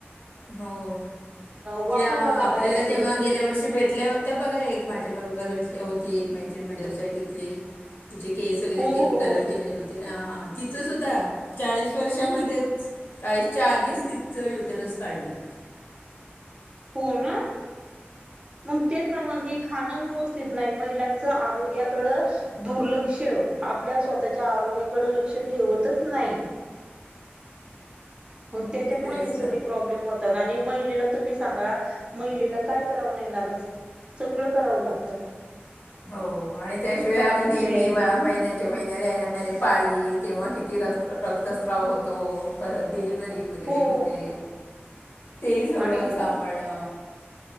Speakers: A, on the left; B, on the right.
A: हो
B: वाकून
A: जे आपल्याला
B: जातात डायरेक्ट सगळे.
A: तेव्हा गेल्या वर्षी भेटल्या होत्या बघा एक माझ्या बरोबर होती एक मैत्रीण माझ्यासाईटीतली तिचे केस वगैरे
B: हो
A: तिने
B: हो हो.
A: कलर केलेले होते हा तिचं सुद्धा चाळीस वर्षामध्येध्ये चाळीसच्या आधीच तिचं युटरस पडलं
B: हो ना मग तेच ना मग खाणं व्यवस्थित नाही महिलांचं आरोग्याकड दुर्लक्ष आपल्या स्वतःच्या आरोग्याकड लक्ष ठेवतच नाही मग त्याच्यामुळे
A: तेच
B: ही सगळी
A: ना
B: प्रॉब्लेम होतात महिलेला तुम्ही सांगा महिलेला काय कराव नाही लागत सगळं करावं लागत
A: हो आणि त्याशिवाय आपली नेहमी
B: आहे
A: महिन्यात
B: ज
A: च्या महिन्याला येणारे पाळी तेव्हा किती र रक्तस्राव होतो परत डिलिव्ह वगैरे
B: हो
A: होते तेही सगळं
B: आणि
A: सांभाळणं